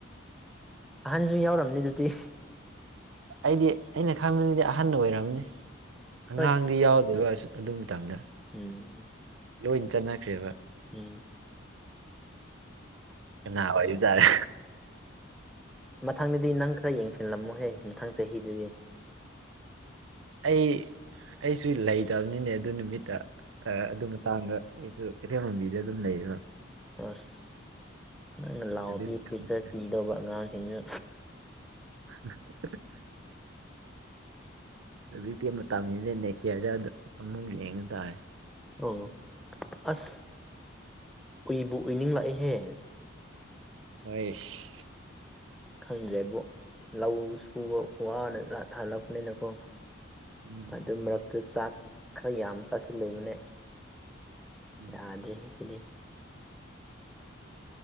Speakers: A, in the centre; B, on the right.
A: ꯑꯍꯟꯁꯨ ꯌꯥꯎꯔꯝꯅꯤ ꯑꯗꯨꯗꯤ
B: ꯑꯩꯗꯤ ꯑꯩꯅ ꯈꯪꯕꯗꯤ ꯑꯍꯟꯅ ꯑꯣꯏꯔꯝꯅꯤ ꯑꯉꯥꯡꯗꯤ
A: ꯍꯣꯏ
B: ꯌꯥꯎꯗꯣꯏꯕ ꯑꯗꯨꯏ ꯃꯇꯝꯗ
A: ꯎꯝ
B: ꯂꯣꯏ ꯆꯠꯅꯈ꯭ꯔꯦꯕ
A: ꯎꯝ
B: ꯀꯅꯥ ꯑꯣꯏꯔꯤꯖꯥꯠꯂ
A: ꯃꯊꯪꯗꯗꯤ ꯅꯪ ꯈꯔ ꯌꯦꯡꯁꯤꯜꯂꯝꯃꯣꯍꯦ ꯃꯊꯪ ꯆꯍꯤꯗꯗꯤ
B: ꯑꯩ ꯑꯩꯁꯨ ꯂꯩꯇꯕꯅꯤꯅꯦ ꯑꯗꯨ ꯅꯨꯃꯤꯠꯇ ꯑꯗꯨ ꯃꯇꯥꯡꯗ ꯑꯩꯁꯨ ꯀꯩꯊꯦꯜꯃꯥꯟꯕꯤꯗ ꯑꯗꯨꯝ ꯂꯩꯔꯤꯕ
A: ꯑꯁ ꯅꯪꯅ ꯂꯥꯎ
B: ꯑꯗꯨꯒꯤ
A: ꯄꯤꯔꯗꯤ
B: ꯈꯪꯗ꯭ꯔꯦ
A: ꯈꯔ ꯀꯤꯗꯧꯕ ꯑꯉꯥꯡꯁꯤꯡꯁꯨ
B: <inaudible> ꯍꯧꯖꯤꯛꯇꯤ ꯃꯇꯝ ꯍꯦꯂꯦ ꯅꯦꯛ꯭ꯁ ꯌꯔꯗ ꯑꯃꯨꯛ ꯌꯦꯡ ꯇꯥꯔꯦ
A: ꯑꯧ ꯑꯁ ꯎꯏꯕꯨ ꯎꯏꯅꯤꯡ ꯂꯥꯛꯑꯦꯍꯦ
B: ꯑꯩꯁ
A: ꯈꯪꯗ꯭ꯔꯦꯕꯣ ꯂꯧ ꯁꯨꯕ ꯋꯥꯅ ꯍꯜꯂꯛꯄꯅꯤꯅꯀꯣ
B: ꯎꯝ
A: ꯑꯗꯨ ꯃꯔꯛꯇꯨ ꯆꯥꯛ ꯈꯔ ꯌꯥꯝ ꯆꯥꯁꯤꯜꯂꯨꯕꯅꯦ
B: ꯎꯝ
A: ꯌꯥꯗ꯭ꯔꯦ ꯍꯦ ꯁꯤꯗꯤ